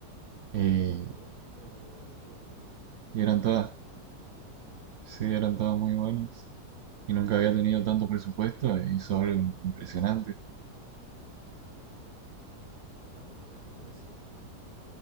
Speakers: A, on the right; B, on the right.
A: Eh,
B: la verdad, pero eran todos buenos. Yo lo
A: y eran
B: vi
A: todas,
B: al todos al menos y me gustó.
A: sí, eran todas muy buenas. Y nunca había tenido tanto presupuesto e hizo algo impresionante,
B: Y capaz lo llamaron por eso también,